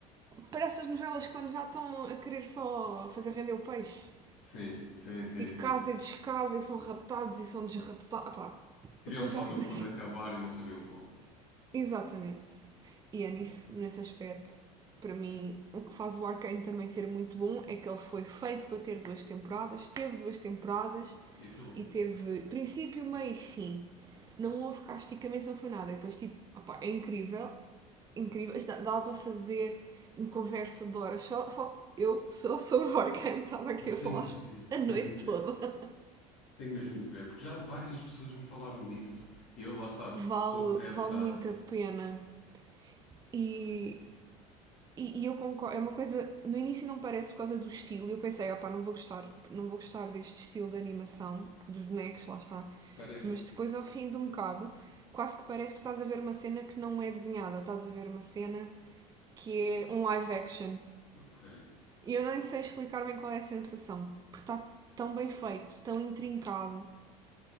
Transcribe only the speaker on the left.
Sim, sim, sim,
sim.
Queriam
só,
no
fundo, acabar e não sabiam como.
E acabou.
Ah,
tenho de ver,
tenho de ver.
Tenho mesmo de ver, porque já várias pessoas me falaram disso e eu, lá está,
estou a pé atrás.
Pá, tenho de ver.
Parece,
sim.
Ok.